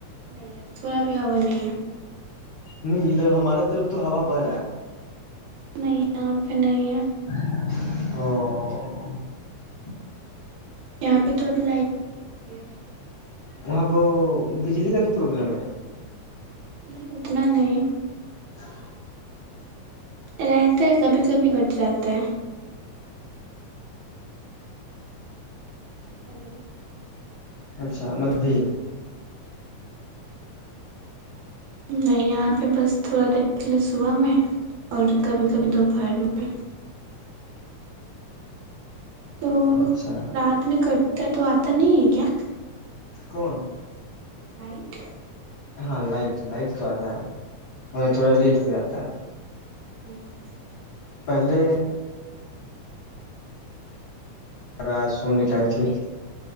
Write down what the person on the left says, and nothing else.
نہیں ادھر ہمارے طرف تو ہوا بھ رہا ہے
اوہ
وہاں بو بجلی کا بھی پروابلم ہے
<inaudible> <unintelligible>
اچھا مطلب بھی
اچھا
کون
ہاں لائٹ لائٹ تو آتا ہے میں تھوڑا لیٹ پہ آتا ہے
پہلے رہا، سناؤ نا، وقت پر۔